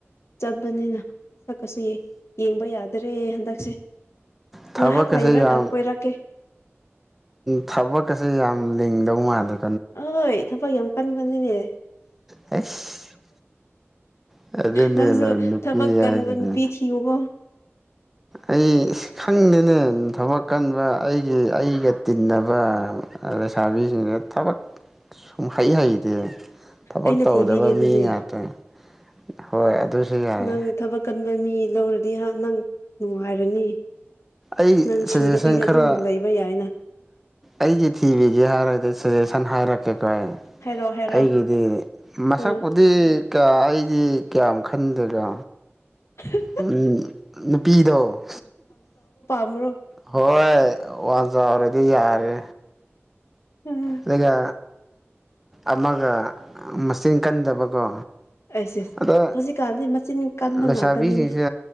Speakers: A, on the left; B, in the centre.
A: ꯆꯠꯄꯅꯤꯅ ꯁꯛꯀꯁꯤ ꯌꯦꯡꯕ ꯌꯥꯗ꯭ꯔꯦ ꯍꯟꯗꯛꯁꯦ꯫
B: ꯊꯕꯛꯀꯁꯦ
A: ꯉꯥꯏꯍꯥꯛ ꯂꯩꯔꯒ
B: ꯌꯥꯝ
A: ꯀꯣꯏꯔꯛꯀꯦ
B: ꯊꯕꯛꯀꯁꯦ ꯌꯥꯝ ꯂꯤꯡꯗꯧ ꯃꯥꯂꯦ꯫
A: ꯍꯣꯏ ꯊꯕꯛ ꯌꯥꯝ ꯀꯟꯕꯅꯤꯅꯦ
B: ꯑꯩꯁ ꯑꯗꯨꯅꯦ
A: ꯅꯪꯖꯨ
B: ꯅꯨꯄꯤ
A: ꯊꯕꯛ ꯀꯟꯕ
B: ꯍꯥꯏꯁꯤꯗꯤ
A: ꯅꯨꯄꯤ ꯊꯤꯌꯨꯀꯣ꯫
B: ꯑꯩ ꯈꯪꯗꯦꯅꯦ ꯊꯕꯛ ꯀꯟꯕ ꯑꯩꯒꯤ ꯑꯩꯒ ꯇꯤꯟꯅꯕ ꯑ ꯂꯩꯁꯥꯕꯤꯁꯤꯅ ꯊꯕꯛ ꯁꯨꯡꯍꯩ ꯍꯩꯇꯦ꯫ ꯊꯕꯛ
A: ꯑꯩꯅ
B: ꯇꯧꯗꯕ
A: ꯊꯤꯕꯤꯒꯦ ꯑꯗꯨꯗꯤ
B: ꯃꯤ ꯉꯥꯛꯇ ꯍꯣꯏ ꯑꯗꯨꯁꯨ ꯌꯥꯏ
A: ꯅꯪ ꯊꯕꯛ ꯀꯟꯕ ꯃꯤ ꯂꯧꯔꯗꯤ ꯍꯥ ꯅꯪ ꯅꯨꯡꯉꯥꯏꯔꯅꯤ
B: ꯑꯩ
A: ꯅꯪ
B: ꯁꯖꯦꯁꯟ
A: ꯁꯨꯗꯕꯤꯗ
B: ꯈꯔ
A: ꯑꯗꯨꯝ ꯂꯩꯕ ꯌꯥꯏꯅ꯫
B: ꯑꯩꯒꯤ ꯊꯤꯕꯤꯒꯦ ꯍꯥꯏꯔꯗꯤ ꯁꯖꯦꯁꯟ ꯍꯥꯏꯔ ꯀꯣ
A: ꯍꯥꯏꯔꯛꯑꯣ ꯍꯥꯏꯔꯛꯑꯣ
B: ꯑꯩꯒꯤꯗꯤ ꯃꯁꯛꯄ
A: ꯎꯝ
B: ꯇꯤ ꯀꯌꯥ ꯑꯩꯗꯤ ꯀꯌꯥꯝ ꯈꯟꯗꯦꯗ꯫
A: <unintelligible>
B: ꯎꯝ ꯅꯨꯄꯤꯗꯣ
A: ꯍꯧꯔꯣ
B: ꯍꯣꯏ ꯋꯥꯡ ꯆꯥꯎꯔꯗꯤ ꯌꯥꯔꯦ
A: ꯎꯝ
B: ꯑꯗꯨꯒ ꯑꯃꯒ ꯃꯆꯤꯟ ꯀꯟꯗꯕꯀꯣ
A: ꯑꯩꯁ ꯑꯁ
B: ꯑꯗꯣ
A: ꯍꯧꯖꯤꯛꯀꯥꯟꯗꯤ ꯃꯆꯤꯟ ꯀꯟꯕ
B: ꯂꯩꯁꯥꯕꯤꯁꯤꯡꯁꯦ
A: ꯉꯥꯛꯇꯅꯤꯅꯦ